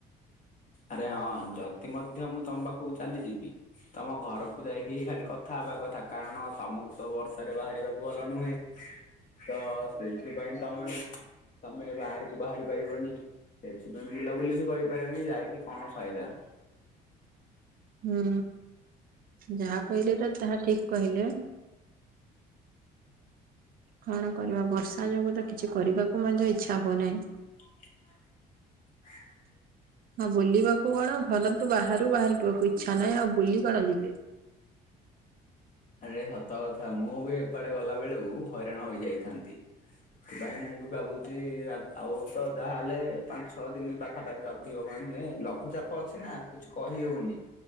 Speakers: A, on the left; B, on the right.
A: ଆରେ ହଁ ଯଦି ମଧ୍ୟ ମୁଁ ତମ ପାଖକୁ ଚାଲିଯିବି ତମ ଘରକୁ ଯାଇକି ହି ଖାଲି କଥା ହେବା କଥା କାରଣ ତମକୁ ତ ବର୍ଷାରେ ବାହାରିବାକୁ ଭଲ ନୁହେଁ। ତ ସେଇଥିପାଇଁ ତମେ ତମେ ବାହାରକୁ ବାହାରି ପାରିବନି। ସେଥିପାଇଁ ବୁଲାବୁଲି ବି କରିପାରନି ଯାଇକି କଣ ଫାଇଦା?
B: ହୁଁ ଯାହା କହିଲେ ତ ତାହା ଠିକ କହିଲେ କଣ କରିବା ବର୍ଷା ଯୋଗୁ ତ କିଛି କରିବାକୁ ମଧ୍ୟ ଇଛା ହଉନାହିଁ।
A: <inaudible>
B: ହଁ ବୁଲିବାକୁ କଣ ଘର ତୁ ବାହାରୁ ବାହାରିିବାକୁ ଇଚ୍ଛା ନାହିଁ ଆଉ ବୁଲି କଣ ଯିବେ?
A: ଆରେ ସତ କଥା ମୁଁ ବି ଏପଟେ ଗଲା ବେଳକୁ ହଇରାଣ ହେଇଯାଇଥାନ୍ତି। ସେଥିପାଇଁ ମୁଁ ବି ଭାବୁଛି ଆଉ ଆଉତ ଯାହାହଲେ ପାଞ୍ଚ ଛଅ ଦିନ ପାଖା ପାାଖି ମାନେ ଲଘୁଚାପ ଅଛି ନା କିଛି କହି ହଉନି।